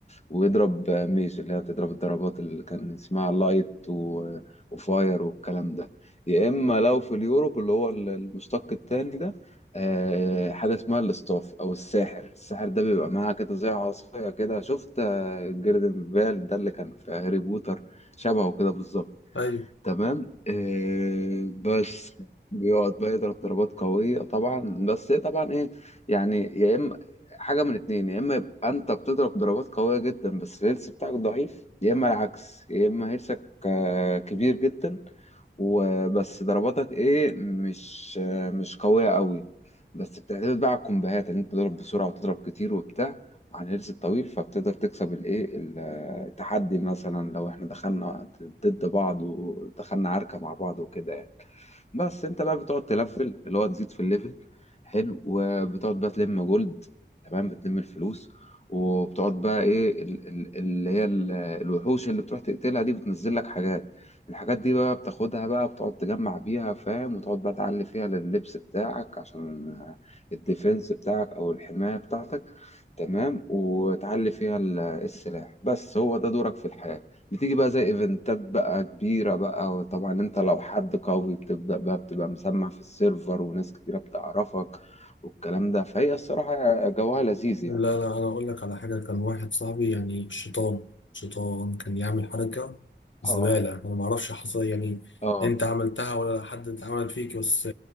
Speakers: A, on the left; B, on the left.
A: ويضرب ميش اللي هي بتضرب الضربات اللي كان اسمها لايت و... وفاير والكلام ده يا اما لو في اليوروب اللي هو المشتق التاني ده آه، حاجه اسمها الاستاف او الساحر الساحر ده بيبقى معاه كده زي عصايه كده شفت آه، جيردن فال ده اللي كان في هاري بوتر شبهه كده بالظبط
B: ايوه
A: تمام آه بس بيقعد بقى يضرب ضربات قوية طبعا بس هي طبعا ايه يعني يا اما حاجة من اتنين يا اما يبقى انت بتضرب ضربات قوية جدا بس الهيلث بتاعك ضعيف يا اما العكس يا اما هيلثك آه، كبير جدا وبس ضرباتك ايه مش مش قوية قوي بس بتعتمد بقى على الكومبوهات ان انت تضرب بسرعة وتضرب كتير وبتاع عن الهيلث الطويل فبتقدر تكسب الايه ال- التحدي مثلا لو احنا دخلنا ضد بعض ودخلنا عركة مع بعض وكده يعني. بس انت بقى بتقعد تلفل اللي هو تزيد في الليفل حلو وبتقعد بقى تلم جولد تمام بتلم الفلوس وبتقعد بقى ايه ال- ال- اللي هي ال- الوحوش اللي بتروح تقتلها دي بتنزل لك حاجات الحاجات دي بقى بتاخدها بقى بتقعد تجمع بيها فاهم وتقعد بقى تعلي فيها لللبس بتاعك عشان الديفنس بتاعك او الحماية بتاعتك تمام وتعلي فيها ال- السلاح بس هو ده دورك في الحياة بتيجي بقى زي ايفنتات بقى كبيرة بقى وطبعا انت لو حد قوي بتبدأ بقى بتبقى مسمع في السيرفر وناس كتيرة بتعرفك والكلام ده فهي الصراحة جوها لذيذ يعني
B: لا لا انا اقول لك على حاجه كان واحد صاحبي يعني شيطان شيطان كان يعمل حركه زباله
A: اه
B: انا ما اعرفش حصل إيه. يعني
A: اه
B: انت عملتها ولا حد عملت فيك بس